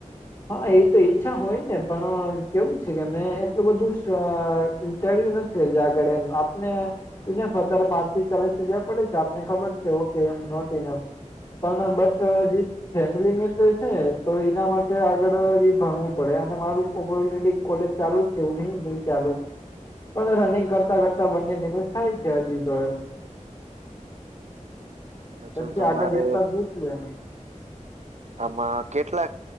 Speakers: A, on the left; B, on the right.
A: હા એ તો ઈચ્છા હોય ને પણ કેવું છે કે મેં એટલું બધું અહ ચડ્યું નથ થઇ, જે આગળ એમ આપને એ ને પર તારે પાંચથી ચાલીસ હજાર પડે છે, આપને ખબર છે ઓકે એમ નોટીનલ પણ બટ જે ફેમિલી મેટર છે, તો એના મા ટે આગળ હજી ભણવું પડે અને મારું ઓલરેડી કોલેજ ચાલુ જ છે, એવું નહી નહી ચાલુ પણ રનિંગ કરતા કરતા બંને મેંનેજ થાય છે હજી તો એમ
B: અથવા
A: પછી
B: તમારે
A: આગળ જતા જોશું એમ
B: આમાં કેટલાક